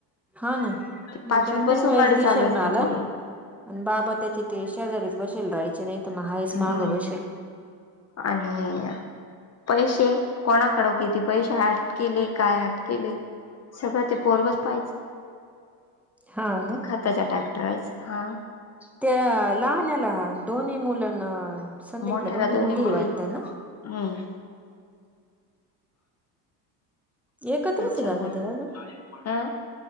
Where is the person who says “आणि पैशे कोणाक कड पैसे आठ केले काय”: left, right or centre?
Left